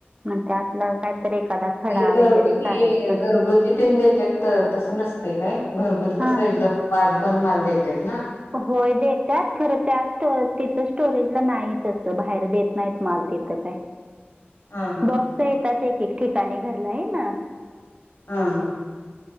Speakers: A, on the right; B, on the left.
A: मग त्यातलं कायतरी एखादा खडा
B: हे घरगुती,
A: वगैरे काढायचं
B: घरगुत तिन देतेत त तसं नसतं काय घरगुती
A: हा
B: कसं एकदम बारीकवानी माल देतेत ना
A: होय देत्यात खरं त्या स्टो तिथं स्टोरेजला नाही तसं बाहेर देत नाहीत माल तिथं काय
B: <inaudible> हा
A: बॉक्स येतात एक, एक ठिकाणी घरला आहे ना
B: ह, ह